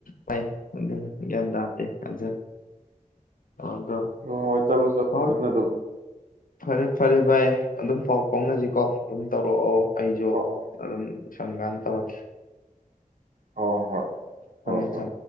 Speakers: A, on the left; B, on the right.
A: ꯚꯥꯏ ꯑꯗꯨꯅꯤ ꯒ꯭ꯌꯥꯟ ꯇꯥꯗꯦ ꯑꯗꯨ ꯑꯗꯣ
B: ꯍ ꯆꯠꯣ ꯆꯠ
A: ꯍꯣꯏ
B: ꯆ ꯇ
A: ꯐꯔꯦ ꯐꯔꯦ ꯚꯥꯏ ꯑꯗꯨꯝ ꯄꯥꯎ ꯐꯥꯎꯅꯁꯤꯀꯣ ꯑꯗꯨꯝ ꯇꯧꯔꯛꯑꯣ ꯑꯩꯁꯨ
B: ꯍꯣꯏ ꯍꯣꯏ
A: ꯑꯗꯨꯝ ꯁꯪꯀꯥꯟ ꯇꯧꯔꯀꯦ
B: ꯍꯣꯏ ꯍꯣꯏ ꯍꯣꯏ
A: ꯁꯃꯦ
B: ꯍꯣꯏ ꯍꯣꯏ
A: ꯁ